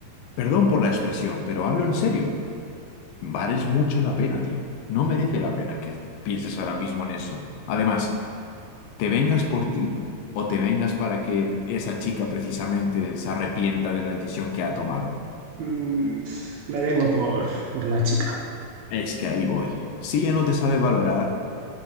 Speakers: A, on the left; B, on the right.
A: Perdón por la expresión, pero hablo en serio. Vales mucho la pena, tío. No merece la pena que pienses ahora mismo en eso. Además, ¿te vengas por ti o te vengas para que esa chica precisamente se arrepienta de la decisión que ha tomado?
B: mm, pf, me vengo por, por la chica.
A: Es que ahí voy. Si ella no te sabe valorar,